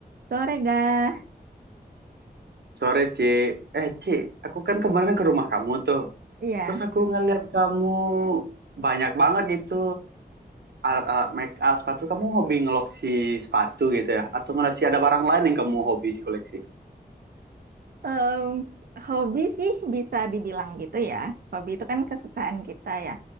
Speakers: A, on the right; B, on the right.
A: Sore gak?
B: Sore, Ci. Eh, Ci, aku kan kemarin ke rumah kamu tuh.
A: Iya.
B: Terus aku ngeliat kamu banyak banget gitu alat-alat make up sepatu. Kamu hobi ngeloksi sepatu gitu ya? Atau ngeloksi ada barang lain yang kamu hobi di koleksi?
A: Em, hobi sih bisa dibilang gitu ya. Hobi itu kan kesukaan kita ya.